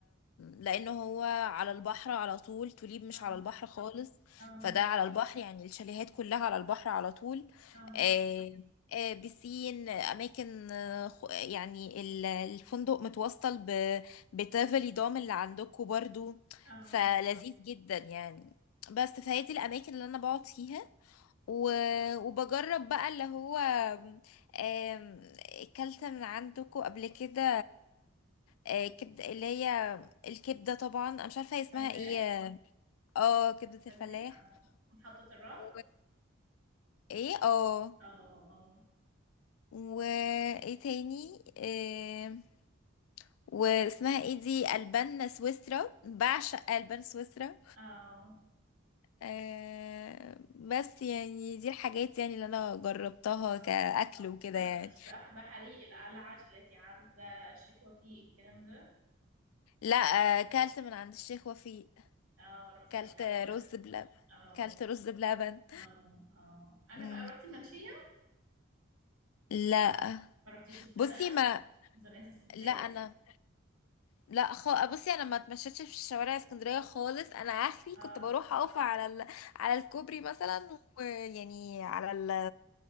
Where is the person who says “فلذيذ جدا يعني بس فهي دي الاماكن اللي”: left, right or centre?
Left